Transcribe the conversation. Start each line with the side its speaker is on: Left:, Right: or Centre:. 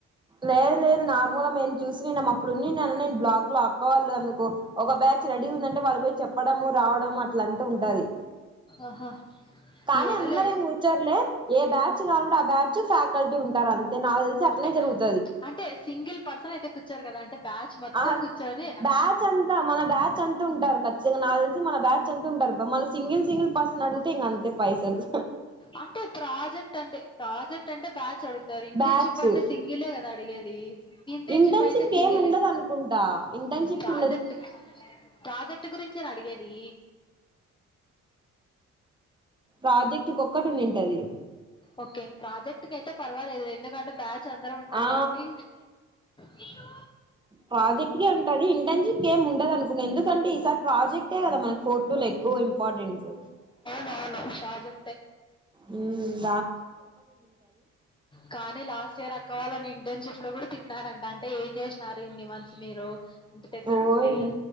Right: లేదు లేదు నార్మల్గ మేము చూసి నే అప్పుడున్ని నన్న నేను బ్లాక్ లో అక్కవాళ్ళు అందుకు ఒక బ్యాచ్ రెడీ ఉందంటే వాళ్ళు పోయి చెప్పడము రావడము అట్లంతా ఉంటది
Left: ఆహా!
Right: కానీ
Left: ఏదోలే
Right: అందర ఏం కూర్చోర్లే ఏ బ్యాచ్ కావాలంటే ఆ బ్యాచ్ ఫ్యాకల్టీ ఉంటరు అంతే నాకు తెలిసి అట్నే
Left: ఓకే.
Right: జరుగుతుంది
Left: అంటే సింగిల్ పర్సన్ అయితే కూర్చారు కదా అంటే బ్యాచ్ మొత్తం
Right: ఆ
Left: కూర్చోని
Right: బ్యాచ్ అంతా మన బ్యాచ్ అంత ఉంటారు ఖచ్చితంగా నాకు తెలిసి మన బ్యాచ్ అంత ఉంటారు మన సింగిల్ సింగి పర్సన్ పర్సన్ నీ అడుగుతే ఇంగా అంతే పైసలు
Left: అంటే ప్రాజెక్ట్ అంటే ప్రాజెక్ట్ అంటే బ్యాచ్ అడుగుతారు ఇంటర్న్షిప్
Right: బ్యాచ్
Left: అంటే సింగిలే కదా అడిగేది తింటేం
Right: ఇంటర్న్షిప్
Left: చెప్ప అయితే సింగిల్
Right: ఏం ఉండదు అనుకుంటా ఇంటర్న్షిప్
Left: ప్రాజెక్ట్
Right: ఉండదు
Left: ప్రాజెక్ట్ గురించే ర అడిగేది
Right: ప్రాజెక్ట్ కు ఒక్కటి ఉన్నింటది
Left: ఓకే ప్రాజెక్ట్ కైతే పర్వాలేదు. ఎందుకంటే బ్యాచ్ అందరం ఉంటాం
Right: ఆ
Left: కాబట్టి రీతూ
Right: ప్రాజెక్టే ఉంటది ఇంటర్న్షిప్ కేమి ఉండదు అనుకున్నా ఎందుకంటే ఈసారి ప్రాజెక్టే గదా మనకు ఫోర్ టూ లెక్కు ఇంపార్టెంన్స్
Left: రాయలే సాజే
Right: ఉమ్
Left: కాదే లాస్ట్ ఇయర్ అక్కవాలని ఇంటర్న్షిప్ లో గూడా తిట్టినారంట అంటే ఏం జేసినారు ఇన్ని మంత్స్ మీరు ఇంటి దగ్గరుండి
Right: ఓ ఏమో